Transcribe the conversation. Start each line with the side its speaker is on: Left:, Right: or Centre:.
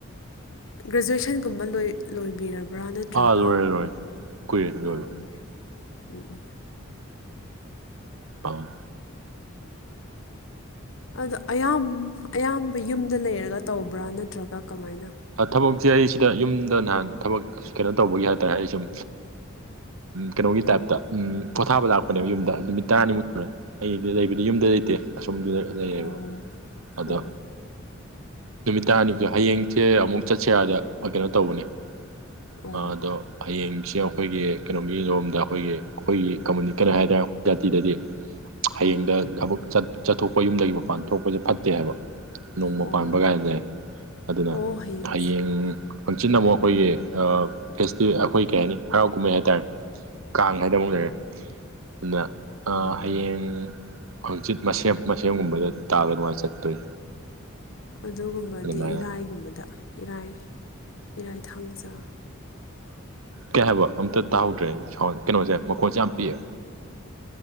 Left: ꯒ꯭ꯔꯦꯖꯨꯋꯦꯁꯟꯒꯨꯝꯕ ꯂꯣꯏ ꯂꯣꯏꯕꯤꯔꯕ꯭ꯔꯥ ꯕ꯭ꯔꯥ ꯅꯠꯇ꯭ꯔꯒ
Right: ꯑꯥ ꯂꯣꯏꯔꯦ ꯂꯣꯏꯔꯦ ꯀꯨꯏꯔꯦ ꯂꯣꯏꯕ
Left: ꯑꯣ ꯎꯝ ꯎꯝ
Right: ꯑꯥꯎ
Left: ꯑꯗ ꯑꯌꯥꯝ ꯑꯌꯥꯝꯕ ꯌꯨꯝꯗ ꯂꯩꯔꯒ ꯇꯧꯕ꯭ꯔꯥ ꯅꯠꯇ꯭ꯔꯒ ꯀꯃꯥꯏꯅ
Right: ꯊꯕꯛꯁꯦ ꯑꯩ ꯁꯤꯗ ꯌꯨꯝꯗ ꯅꯍꯥꯟ ꯊꯕꯛ ꯀꯩꯅꯣ ꯇꯧꯕꯒꯤ ꯍꯥꯏꯇꯥꯔꯦ ꯑꯩ ꯁꯨꯝ ꯀꯩꯅꯣꯒꯤ ꯇꯥꯏꯞꯇ ꯎ ꯄꯣꯊꯥꯕ ꯂꯥꯛꯄꯅꯦꯕ ꯌꯨꯝꯗ ꯅꯨꯃꯤꯠ ꯇꯔꯥꯅꯤꯃꯨꯛ ꯑꯩꯗꯤ ꯂꯩꯕꯗꯤ ꯌꯨꯝꯗ ꯂꯩꯇꯦ ꯑꯁꯣꯝꯗ ꯂꯩꯌꯦꯕ
Left: ꯑꯣ
Right: ꯑꯗꯣ
Left: ꯑꯣ
Right: ꯅꯨꯃꯤꯠ ꯇꯔꯥꯅꯤ ꯍꯌꯦꯡ ꯁꯦ ꯑꯃꯨꯛ ꯆꯠꯁꯦ ꯍꯥꯏꯗ ꯀꯩꯅꯣ ꯇꯧꯕꯅꯦ
Left: ꯑꯣ
Right: ꯑꯗꯣ ꯍꯌꯦꯡꯁꯦ ꯑꯩꯈꯣꯏꯒꯤ ꯀꯩꯅꯣꯒꯤ ꯂꯣꯝꯗ ꯑꯩꯈꯣꯏꯒꯤ ꯑꯩꯈꯣꯏꯒꯤ ꯀꯝꯃꯨꯅꯤ ꯀꯩꯅꯣ ꯍꯥꯏꯇꯥꯔꯦ ꯑꯩꯈꯣꯏ ꯖꯥꯇꯤꯗꯗꯤ ꯍꯌꯦꯡꯗ
Left: ꯑꯣ ꯑꯣ
Right: ꯊꯕꯛ ꯆꯠꯊꯣꯛꯄ ꯌꯨꯝꯗꯒꯤ ꯃꯄꯥꯟ ꯊꯣꯛꯄꯁꯦ ꯐꯠꯇꯦ ꯍꯥꯏꯕ ꯅꯣꯡꯃ
Left: ꯑꯣ
Right: ꯄꯥꯟꯕ ꯀꯥꯏꯁꯦ ꯑꯗꯨꯅ
Left: ꯑꯣ
Right: ꯍꯌꯦꯡ
Left: ꯑꯣ ꯑꯣ
Right: ꯍꯪꯆꯤꯟꯅ ꯑꯃꯨꯛ ꯑꯩꯈꯣꯏꯒꯤ ꯐꯦꯁꯇꯤꯦꯜ ꯑꯩꯈꯣꯏ ꯀꯩ ꯍꯥꯏꯅꯤ ꯍꯔꯥꯎ ꯀꯨꯝꯍꯩ ꯍꯥꯏꯇꯥꯔꯦ ꯀꯥꯡ ꯍꯥꯏꯅ ꯑꯃꯨꯛ ꯂꯩꯔꯦ ꯑꯗꯨꯅ
Left: ꯑꯣ
Right: ꯍꯌꯦꯡ ꯍꯪꯆꯤꯠ ꯃꯁꯦꯝ ꯃꯁꯦꯝꯒꯨꯝꯕꯗ ꯇꯥꯒꯗꯨꯉꯥꯟꯅ ꯆꯠꯇꯣꯏ
Left: ꯑꯗꯨꯒꯨꯝꯕꯗꯤ
Right: ꯑꯗꯨꯃꯥꯏꯅ
Left: ꯏꯔꯥꯏꯒꯨꯝꯕꯗ ꯏꯔꯥꯏ ꯏꯔꯥꯏ ꯊꯥꯡꯖꯥ
Right: ꯀꯩ ꯍꯥꯏꯕ ꯑꯝꯇ ꯇꯥꯍꯧꯗ꯭ꯔꯦ ꯁꯥꯎꯟ ꯀꯩꯅꯣꯁꯦ ꯃꯈꯣꯟꯁꯦ ꯌꯥꯝ ꯄꯤꯌꯦ